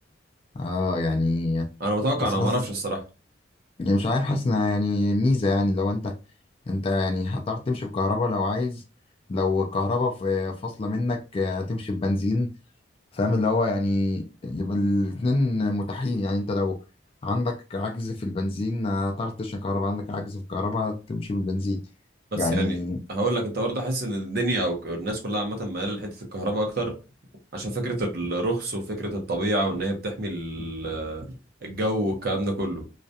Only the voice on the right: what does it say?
انا بتوقع
انا
ما اعرفش الصراحة
بس
يعني هقول لك انت برضه حاسس ان الدنيا او الناس كلها عامه مايله لحته الكهرباء اكتر عشان فكره الرخص وفكره الطبيعه وان هي بتحمي ال- الجو والكلام ده كله